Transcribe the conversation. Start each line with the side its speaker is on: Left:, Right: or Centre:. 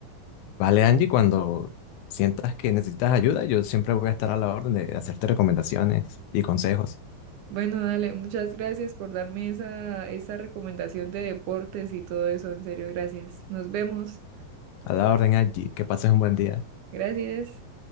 Left: Vale, Angie, cuando sientas que necesitas ayuda, yo siempre voy a estar a la orden de hacerte recomendaciones y consejos.
Right: Bueno, dale, muchas gracias por darme esa, esa recomendación de deportes y todo eso, en serio, gracias. Nos vemos.
Left: A la orden, Angie, que pases un buen día.
Right: Gracias.